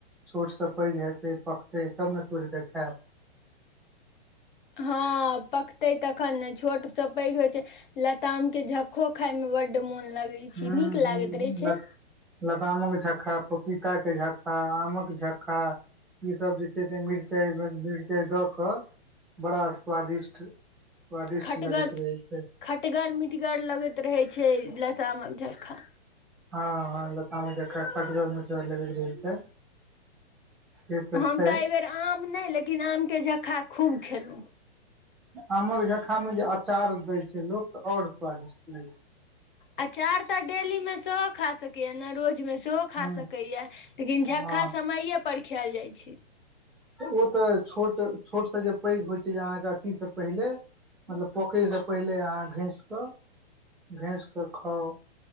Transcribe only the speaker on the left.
हँ पकतै तखन ने छोट सँ पैघ होइ छै लताम आम के झक्खो खाय मे बड्ड मोन लगैत
छै नीक लागैत रहै छै
खटगर
खटगर मिटगर लगैत रहै छै लतामक झक्खा
हम
तऽ एहिबेर आम नहि लेकिन आमके झक्खा खूब खेलहुँ
अँचार तऽ डेली मे सेहो खा सकैए ने रोज मे सेहो
खा
सकैए लेकिन झक्का
समैये पर खैल जाइत छै